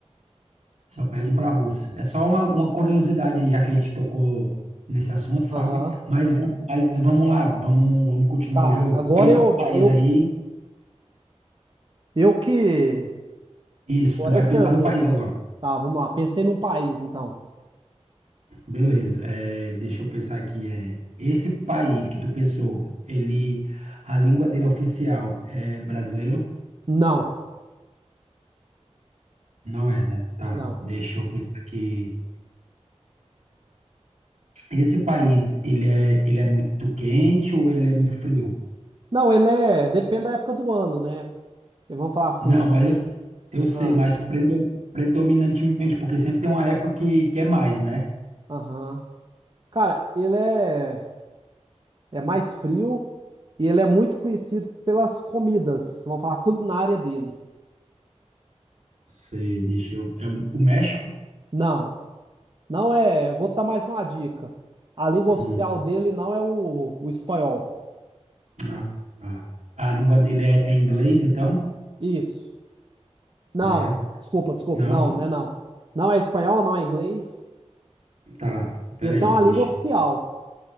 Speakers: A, on the right; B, on the right.
A: só perde para a Rússia. É só uma, uma curiosidade, aí, já que a gente tocou nesse assunto, sabe?
B: Aham.
A: Mas, vamos- mas vamos lá, vamos, vamos continuar
B: Tá,
A: o jogo.
B: agora
A: Pensa
B: eu,
A: no país
B: eu,
A: aí,
B: eu que.
A: isso,
B: Agora
A: tu vai
B: eu pergunto,
A: pensar no país
B: né?
A: agora.
B: Tá, vamos lá. Pensei num país, então.
A: Beleza, é, deixa eu pensar aqui. É, esse país que tu pensou, ele, a língua dele oficial é brasileiro?
B: Não,
A: Não é, né? Tá,
B: não.
A: deixa eu pensar aqui. Esse país, ele é, ele é muito quente ou ele é muito frio?
B: Não, ele é. Depende da época do ano, né? E Vamos falar assim.
A: Não, mas eu, eu sei,
B: Ah,
A: mas predo- predominantemente, porque sempre tem uma época que, que é mais, né?
B: aham. Cara, ele é, é mais frio e ele é muito conhecido pelas comidas. Vamos falar a culinária dele.
A: Sei, deixa eu. É o o México?
B: Não, não é. Vou dar mais uma dica. A língua
A: Hum,
B: oficial dele não é o, o espanhol.
A: ah, tá. A língua dele é, é inglês, então?
B: Isso. Não,
A: É.
B: desculpa, desculpa.
A: Não?
B: Não, né? Não. Não é espanhol, não é inglês.
A: Tá, peraí,
B: E ele tem uma
A: deixa.
B: língua oficial.